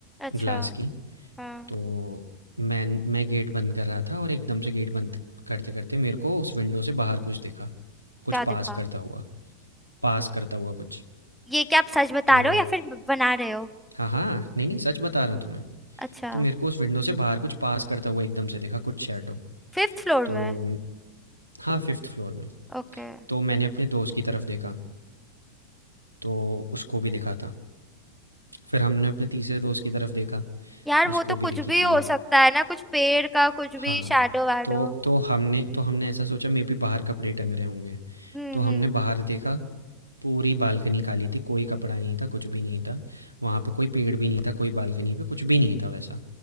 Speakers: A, in the centre; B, on the right.
A: अच्छा
B: ग्लास की
A: हाँ
B: तो मैं मैं गेट बंद कर रहा था और एकदम से गेट बंद करते करते मेरे को उस विंडो से बाहर कुछ दिखा कुछ
A: क्या
B: पास
A: दिखा
B: करता हुआ पास करता हुआ कुछ
A: ये क्या आप सच बता
B: तो
A: रहे हो या फिर ब- बना रहे हो
B: हाँ हाँ नहीं नहीं सच बता रहा हूँ तुम्हें
A: अच्छा
B: तो मेरे को उस विंडो से बाहर कुछ पास करता हुआ एकदम से दिखा कुछ शैडो
A: फिफ्थ फ्लोर
B: तो
A: में
B: म- हाँ फिफ्थ फ्लोर में
A: ओके
B: तो मैंने अपने दोस्त की तरफ देखा तो उसको भी दिखा था फिर हमने अपने तीसरे दोस्त की तरफ देखा
A: यार वो
B: उसको
A: तो कुछ
B: भी दिखी
A: भी
B: थी
A: हो
B: वो
A: सकता है ना कुछ पेड़ का कुछ भी
B: हाँ
A: शैडो वैडो
B: तो तो हमने तो हमने ऐसा सोचा मे भी बाहर कपड़े टंग रहे होंगे
A: हम्म
B: तो हमने
A: हम्म हम्म।
B: बाहर देखा, पूरी बालकनी खाली थी, कोई कपड़ा नहीं था, कुछ भी नहीं था। वहाँ पे कोई पेड़ भी नहीं था, कोई बालकनी पे कुछ भी नहीं था वैसा।